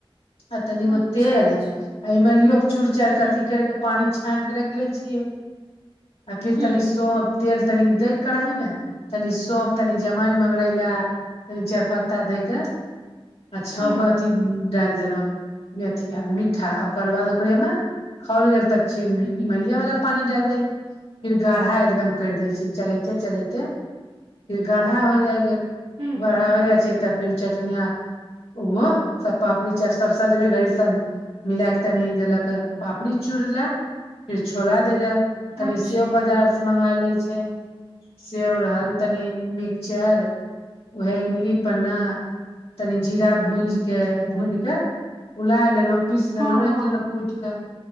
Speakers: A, on the left; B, on the right.
A: आ तनिगो
B: अच्छा
A: तेल
B: अच्छा
A: आ इमलियो के चूड़ चाईड़ क
B: हुँ
A: अथी कर के पानि छानि कऽ रखि लै छियै आ फिर
B: हुँ
A: तनी सोफ तेल तनी दय कराही में तनि सौप तनि जमाइन मंगरैला तनि चारपत्ता दय क आ छा
B: हुँ
A: के अथी डालि देलहुँ मेथिया मिठा ओकर बाद ओकरेमे खौल गेल तब च इमलिया वालला पानी डाल दै फिर गाढ़ा एकदम करि देै छै चलैते चलैते फिर गारहा हो जाइ गेल
B: हुँ हुँ
A: गारहा हो जाइ छै तब फिर चटनिया ओहो सब पापड़ी चट सब सजबै घड़ी सब मिलाके तनि देलक पापड़ी चूड़ ला फिर छोला देल तनी
B: अच्छा
A: सेव बाजार से मगाय ले छै सेव रहल तनि मिक्सचर उएहे इमली पन्ना तनी जीरा भूज के भूनिक उलाय लेलहुँ पीस
B: हँ
A: लेलहुँ
B: हँ
A: राखि लेलहुँ कूट के